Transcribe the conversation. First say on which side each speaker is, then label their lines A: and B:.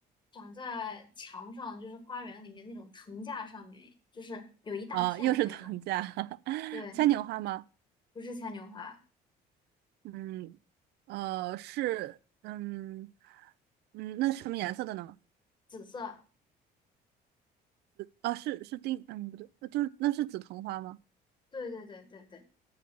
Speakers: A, on the left; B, on the right.
A: 长在墙上，就是花园里面那种藤架上面，就是有一大片的那种。
B: 啊，又是藤架，<laughs>
A: 对，
B: 牵牛花吗？
A: 不是牵牛花，
B: 嗯，呃，是，嗯，嗯，那是什么颜色的呢？
A: 紫色。
B: 啊，是是丁，嗯，不对，呃就是那是紫藤花吗？
A: 对对对对对，